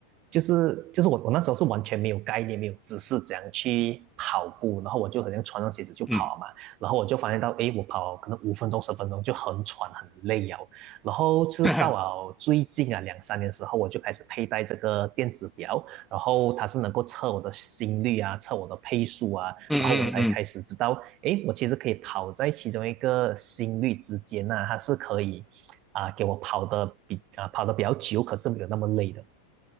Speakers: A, on the right; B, in the centre.
A: 就是就是我我那时候是完全没有概念，没有知识怎样去跑步，然后我就好像穿上鞋子就跑嘛，
B: 嗯
A: 然后我就发现到，诶，我跑可能五分钟十分钟就很喘很累啊，然后是到了最近啊两三年时候，
B: <laughs> 嗯
A: 我就开始佩戴这个电子表，然后它是能够测我的心率啊，测我的配速啊，
B: 嗯嗯
A: 然后我才开始知道，诶，我其实可以跑在其中一个心率之间呐、它是可以啊、给我跑的比啊、跑的比较久，可是没有那么累的。